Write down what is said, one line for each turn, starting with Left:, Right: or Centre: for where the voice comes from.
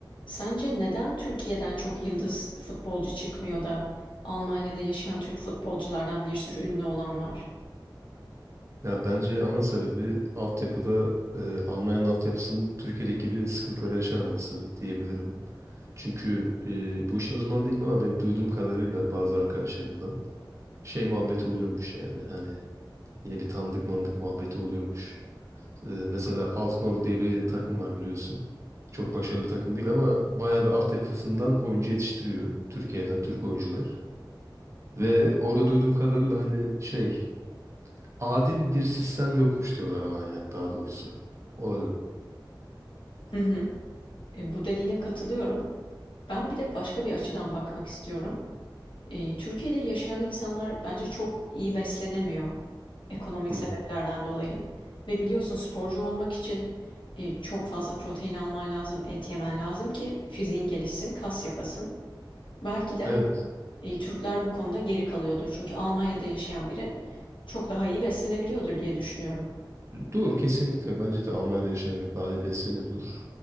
Left: Sence neden Türkiye'den çok yıldız futbolcu çıkmıyor da Almanya'da yaşayan Türk futbolculardan bir sürü ünlü olan var?
Right: Ya bence ana sebebi altyapıda e, Almanya'nın altyapısının Türkiye'deki gibi sıkıntıları yaşamaması diyebilirim. Çünkü e, bu işin uzmanı değilim ama benim duyduğum kadarıyla bazı arkadaşlarımdan şey muhabbeti oluyormuş yani hani yine bir tanıdık mandık muhabbeti oluyormuş. E, mesela Alkmaar diye bir takım var biliyorsun. Çok başarılı bir takım değil ama bayağı bir altyapısından oyuncu yetiştiriyor Türkiye'den Türk oyuncular. Ve orada duyduğum kadarıyla hani şey adil bir sistem yokmuş diyorlar bana yani daha doğrusu. Olay o.
Left: Hı hı. E, bu dediğine katılıyorum. Ben bir de başka bir açıdan bakmak istiyorum. E, Türkiye'de yaşayan insanlar bence çok iyi beslenemiyor ekonomik
Right: Hı
Left: sebeplerden
Right: hı.
Left: dolayı. Ve biliyorsun sporcu olmak için e, çok fazla protein alman lazım, et yemen lazım ki fiziğin gelişsin, kas yapasın. Belki de
Right: Evet.
Left: hani E, Türkler bu konuda geri kalıyordur. Çünkü Almanya'da yaşayan biri çok daha iyi beslenebiliyordur diye düşünüyorum.
Right: Doğru kesinlikle. Bence de Almanya'da yaşayanlar daha iyi besleniyordur.